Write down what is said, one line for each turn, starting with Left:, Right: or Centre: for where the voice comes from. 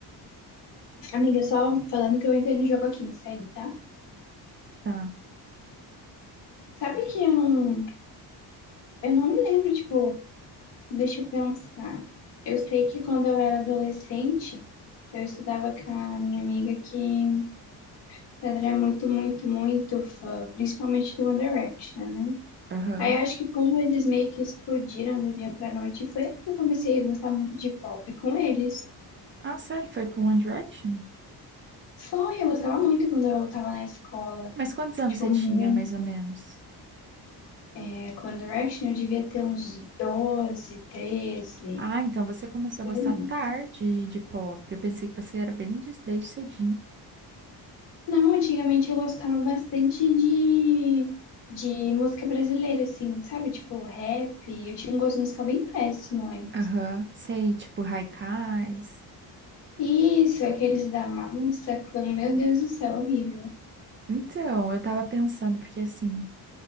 Left: Amiga, só falando que eu entrei no jogo aqui, me segue, tá?
Right: Tá,
Left: Sabe que eu não, eu não me lembro, tipo, deixa eu pensar. Eu sei que quando eu era adolescente, eu estudava com a minha amiga que Pedro é muito, muito, muito fã, principalmente do One Direction, né?
Right: aham.
Left: Aí acho que como eles meio que explodiram do dia pra noite, foi aí que eu comecei a gostar muito de pop com eles.
Right: Ah, sério, foi com One Direction?
Left: Foi, eu gostava muito quando eu tava na escola.
Right: Mas quantos anos
Left: Tipo,
Right: você tinha,
Left: muito.
Right: mais ou menos?
Left: É, com One Direction eu devia ter uns doze, treze.
Right: Ah, então você começou
Left: por
Right: a gostar
Left: aí.
Right: tarde de pop. Eu pensei que você era bem des- desde cedinho.
Left: Não, antigamente eu gostava bastante de, de música brasileira, assim, sabe? Tipo, rap. Eu tinha um gosto musical bem péssimo, hein?
Right: Aham, sei, tipo Haikais.
Left: Isso, aqueles da massa, clã, meu Deus do céu, horrível.
Right: Então, eu tava pensando, porque assim,